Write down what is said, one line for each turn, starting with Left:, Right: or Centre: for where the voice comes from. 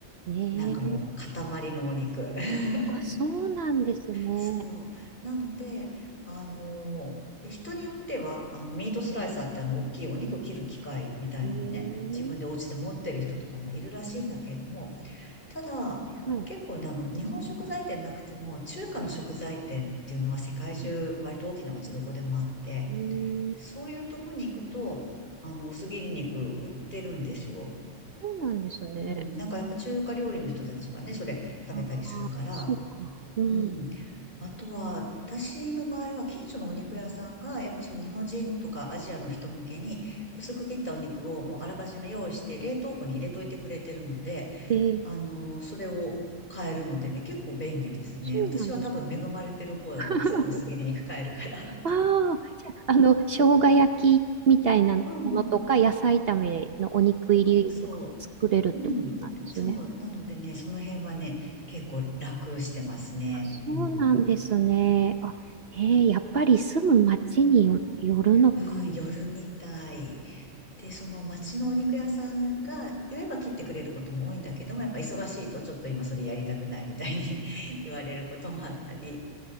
Right: い、ええー
Left: なんかもう塊のお肉。<laughs>
Right: あ、そうなんですね。
Left: そう。なので、あのー人によっては、あの、ミートスライサーってあの、大きいお肉を切る機械みたいのもね、
Right: ええー
Left: 自分でお家で持ってる人とかもいるらしいんだけれども、ただ、
Right: はい。
Left: 結構ね、あの、日本食材店なくても、中華の食材店っていうのは世界中、
Right: うん、
Left: 割と大きな街どこでもあって、
Right: うん
Left: そういうとこに行くと、あの、薄切り肉売ってるんですよ。
Right: そうなんですね。
Left: うん。なんかやっぱ中華料理の人たちはね、それ食べたりするから、
Right: ああ、そうか。うん。
Left: うん。あとは、私の場合は、近所のお肉屋さんが、やっぱその日本人とかアジアの人向けに、薄く切ったお肉をもうあらかじめ用意して、冷凍庫に入れといてくれてるので、
Right: ええー
Left: あの、それを買えるのでね、結構便利ですね。
Right: そうなんですね。
Left: 私は多分恵まれてる方だと思う。
Right: <laughs>
Left: すぐ薄切り肉買えるから。
Right: ああ、じゃあ、あの、生姜焼きみたいなものとか、
Left: <laughs> うんうん。
Right: 野菜炒めのお肉入りとかも作れるってことなんですね。
Left: とかもそう。うん。そう。なのでね、その辺はね、結構楽してますね。
Right: そうなんですね。
Left: うん。
Right: あ、えー、やっぱり住む町によ、よるのか。
Left: うん、夜みたい。で、その町のお肉屋さんが言えば切ってくれることも多いんだけども、やっぱ忙しいとちょっと今それやりたくないみたいに <laughs> 言われることもあったり、